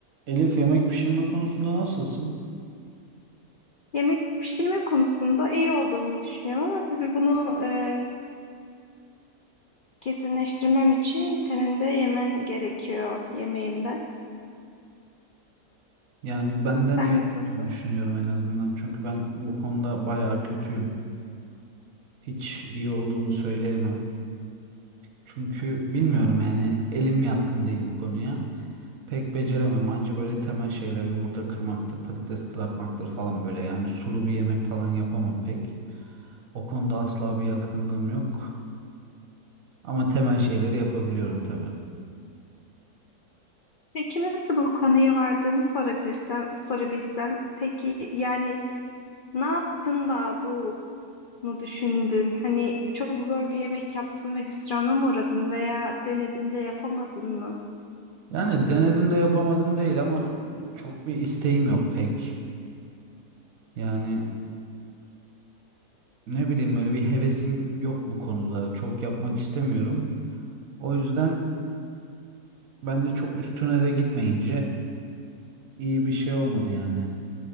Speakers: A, on the right (about 65°); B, on the left (about 70°).
A: Elif yemek pişirme konusunda nasılsın?
B: Yemek pişirme konusunda iyi olduğumu düşünüyorum ama tabii bunu e, kesinleştirmem için senin de yemen gerekiyor yemeğimde.
A: Yani benden
B: Sen
A: iyi
B: nasılsın?
A: olduğunu düşünüyorum en azından. Çünkü ben bu konuda bayağı kötüyüm. Hiç iyi olduğumu söyleyemem. Çünkü bilmiyorum yani elim yatkın değil bu konuya. Pek beceremem. Anca böyle temel şeyler yumurta kırmaktır, patates kızartmaktır falan böyle. Yani sulu bir yemek falan yapamam pek. O konuda asla bir yatkınlığım yok. Ama temel şeyleri yapabiliyorum tabii.
B: Peki nasıl bu kanıya vardığını sorabilirsem, sorabilsem. Peki yani ne yaptın da bunu düşündün? Hani çok zor bir yemek yaptın ve hüsrana mı uğradın veya denedin de yapamadın mı?
A: Yani denedim de yapamadım değil ama çok bir isteğim yok pek. Yani Ne bileyim böyle bir hevesim yok bu konuda. Çok yapmak istemiyorum. O yüzden ben de çok üstüne de gitmeyince iyi bir şey olmadı yani.